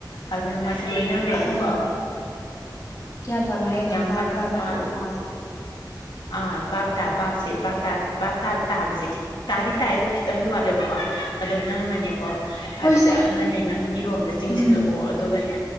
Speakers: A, on the left; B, on the left.
A: ꯑꯗꯨꯅ ꯃꯥꯁꯦ ꯂꯣꯏꯅꯔꯨꯔꯅꯨꯀꯣ
B: ꯍꯣꯏ ꯍꯣꯏ ꯒ꯭ꯌꯥꯟ ꯇꯥꯕ ꯍꯥꯏꯒꯅꯣ
A: ꯌꯥꯝ
B: ꯚꯥꯞ
A: ꯀꯅ
B: ꯇꯥꯕ
A: ꯃ
B: ꯍꯥꯏꯌꯣ ꯚꯥꯞ
A: ꯑ ꯕꯥꯞꯇꯥ ꯕꯥꯞꯁꯦ ꯕꯥꯄꯇꯥ ꯕꯥꯞ ꯕꯥꯞꯇꯥꯕꯁꯦ ꯈꯤꯠ ꯇꯥꯗꯤ ꯇꯥꯏ ꯑꯗꯨ ꯈꯤꯇꯪꯗꯤ ꯋꯥꯠꯂꯦꯕꯀꯣ ꯑꯗꯣ ꯅꯪꯅꯅꯦꯀꯣ ꯐꯖ
B: ꯍꯣꯏꯁꯦ
A: ꯅꯅꯦ ꯅꯪꯒꯤꯔꯣꯝꯗ ꯆꯤꯡꯁꯤꯜꯂꯛꯑꯣ
B: ꯎꯝ
A: ꯑꯗꯨꯒꯅꯦ